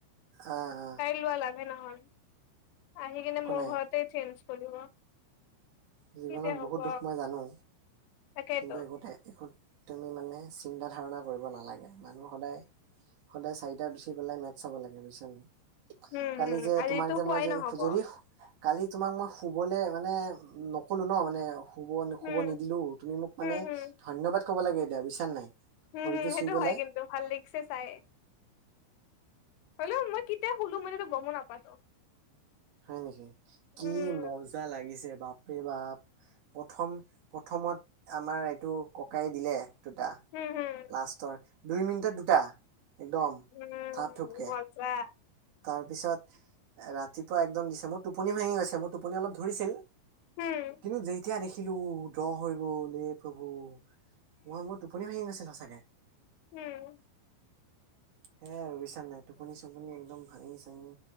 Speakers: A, on the right; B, on the left.
A: অ', অ',
B: তাইৰ লোৱা লাভে নহল আহি কিনে মোৰ
A: নাই
B: ঘৰতে চেঞ্জ কৰিব।
A: জীৱনত
B: কি যে হব
A: বহুত দুখ মই জানো
B: তাকেইতো
A: কিন্তু একোতে একো তুমি মানে চিন্তা ধাৰণা কৰিব নালাগে মানুহ সদায় সদায় চাৰিটাত উঠি পেলাই মেচ্ চাব লাগে বুজিছা নাই?
B: উম,
A: কালি
B: হুম,
A: যে
B: আজিতো
A: তোমাক যে
B: শোৱায়ে
A: মই যে
B: নহ'ব।
A: যদি কালি তোমাক মই শোবলে মানে নক'লো ন' মানে শোব
B: উম
A: শোব নিদিলো। তুমি মোক মানে
B: হম হম
A: ধন্যবাদ ক'ব লাগে এতিয়া বুজিছা নাই।
B: উম,
A: ভৰিটো
B: হুম, সেইটো
A: চুই পেলাই
B: হয় কিন্তু ভাল লাগিছে চাই। শোলো মই কেতিয়া শোলো মানে গমও নাপালো।
A: হয় নেকি কি
B: উম
A: মজা লাগিছে? বাপৰে বাপ প্ৰথম প্ৰথমত আমাৰ এইটো ককায়ে দিলে। দুটা
B: হম হম
A: লাষ্টৰ দুই মিনিটত দুটা। একদম
B: উম,
A: থাপ থুপকে
B: মজা।
A: তাৰপিছত ৰাতিপুৱা একদম দিছে মোৰ টোপনি ভাঙি গৈছে মোৰ টোপনি অলপ ধৰিছিল।
B: হম
A: কিন্তু যেতিয়া দেখিলো ড্ৰ' হৈ গল সে প্ৰভু। মই মোৰ টোপনি ভাঙি গৈছিল সচাকে।
B: উম,
A: হে ৰবিচান নাই টোপনি-চপনি একদম ভাঙি-চাঙি